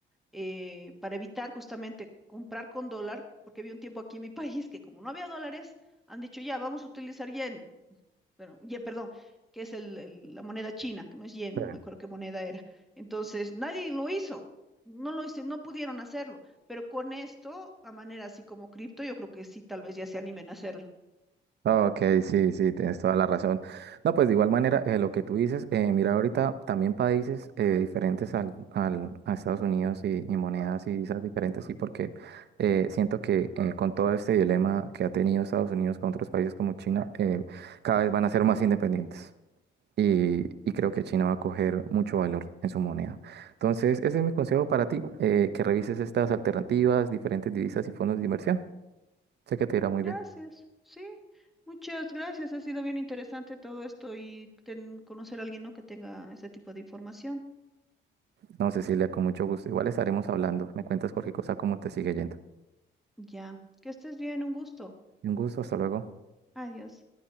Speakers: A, in the centre; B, on the right (about 55°).
A: eh, para evitar justamente comprar con dólar, porque había un tiempo aquí en mi <laughs> país que como no había dólares, han dicho ya, vamos a utilizar yen, bueno, yen, perdón, que es el- el- la moneda china, que no es yen,
B: Sí.
A: no me acuerdo qué moneda era. Entonces, nadie lo hizo. No lo hice, no pudieron hacerlo, pero con esto, a manera así como cripto, yo creo que sí, tal vez ya se animen a hacerlo.
B: Ok, sí, sí, tienes toda la razón. No, pues de igual manera, eh, lo que tú dices, eh, mira ahorita también países eh, diferentes al, al- a Estados Unidos y, y monedas y esas diferentes, sí, porque eh, siento que eh, con todo este dilema que ha tenido Estados Unidos con otros países como China, eh, cada vez van a ser más independientes. y, y creo que China va a coger mucho valor en su moneda. Entonces, ese es mi consejo para ti, eh, que revises estas alternativas, diferentes divisas y fondos de inversión. Sé que te irá muy
A: Gracias,
B: bien.
A: sí, muchas gracias. Ha sido bien interesante todo esto y ten- conocer a alguien, ¿no? que tenga ese tipo de información.
B: No, Cecilia, con mucho gusto. Igual estaremos hablando. Me cuentas cualquier cosa, cómo te sigue yendo.
A: Ya, que estés bien, un gusto.
B: Un gusto, hasta luego.
A: Adiós.